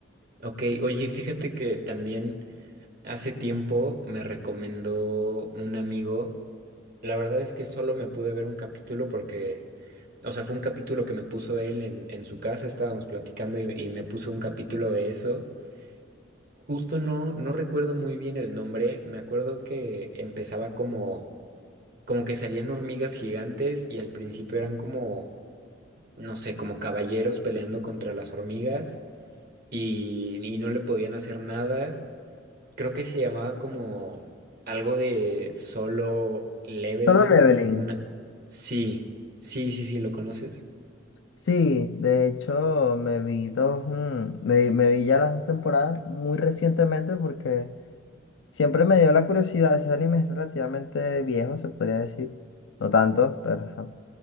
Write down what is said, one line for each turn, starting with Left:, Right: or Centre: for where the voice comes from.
Right: Ok, oye, fíjate que también. Hace tiempo me recomendó un amigo. La verdad es que solo me pude ver un capítulo porque, o sea, fue un capítulo que me puso él en, en su casa, estábamos platicando y, y me puso un capítulo de eso. Justo no, no recuerdo muy bien el nombre, me acuerdo que empezaba como, como que salían hormigas gigantes y al principio eran como, no sé, como caballeros peleando contra las hormigas y, y no le podían hacer nada. Creo que se llamaba como algo de solo leveling,
Left: solo leveling.
Right: una. Sí, sí, sí, sí, ¿lo conoces?
Left: Sí, de hecho me vi dos, mm, me, me vi ya las dos temporadas muy recientemente porque siempre me dio la curiosidad, ese anime es relativamente viejo, se podría decir, no tanto, pero ajá.